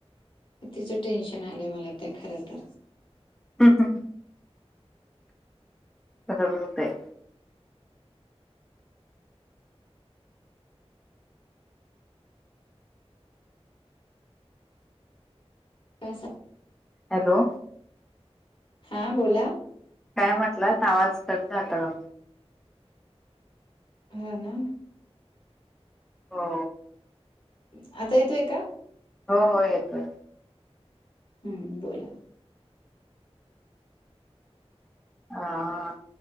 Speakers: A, on the left; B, in the centre.
A: तिचं टेन्शन आलंय मला ते खरं तर
B: हम हं. हो ते
A: वस.
B: हॅलो.
A: हां बोला.
B: काय म्हटलं तर आवाज करत आता
A: हा ना.
B: हो.
A: आता येतोय का?
B: हो हो येतोय.
A: हम्म बोला.
B: ह